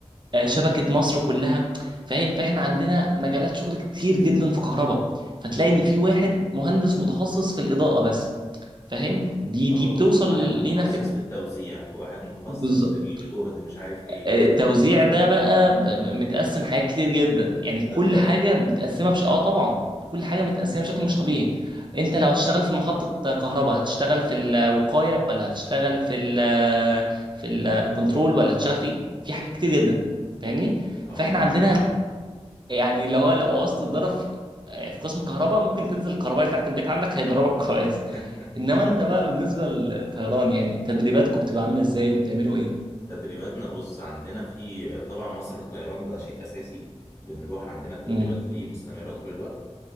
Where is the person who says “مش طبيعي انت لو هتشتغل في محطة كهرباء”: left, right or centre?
Right